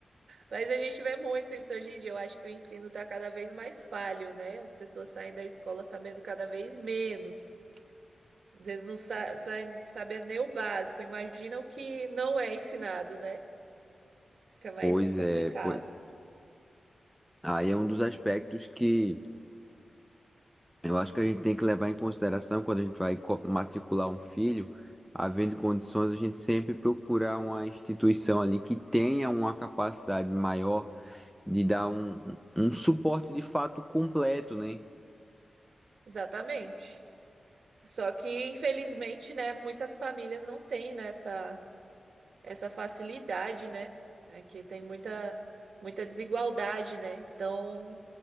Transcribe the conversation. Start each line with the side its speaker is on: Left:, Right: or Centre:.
Right: Mas a gente vê muito isso hoje em dia. Eu acho que o ensino está cada vez mais falho, né? As pessoas saem da escola sabendo cada vez menos. Às vezes não sa saem sabendo nem o básico. Imagina o que não é ensinado, né? Fica mais
Centre: Pois
Right: complicado.
Centre: é, pois Aí é um dos aspectos que eu acho que a gente tem que levar em consideração quando a gente vai co- matricular um filho, havendo condições, a gente sempre procurar uma instituição ali que tenha uma capacidade maior de dar um, um suporte de fato completo, né?
Right: Exatamente. Só que, infelizmente, né, muitas famílias não têm né, essa, essa facilidade, né? Aqui tem muita, muita desigualdade, né? Então,